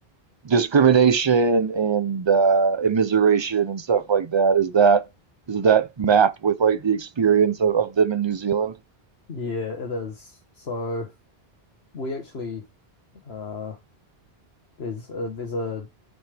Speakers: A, on the right; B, on the left.
A: discrimination and uh immiseration and stuff like that. Is that is that map with like the experience of, of them in New Zealand?
B: Yeah, it is. So we actually uh there's a there's a,